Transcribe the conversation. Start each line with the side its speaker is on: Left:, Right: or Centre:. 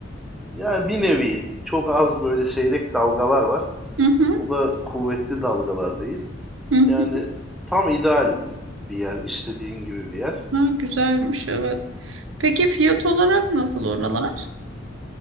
Centre: Yani bir nevi çok az böyle seyrek dalgalar var.
Right: Hı hı,
Centre: O da kuvvetli dalgalar değil.
Right: hı
Centre: Yani
Right: hı.
Centre: tam ideal bir yer, istediğin gibi bir yer.
Right: Ha, güzelmiş evet. Peki fiyat olarak nasıl oralar?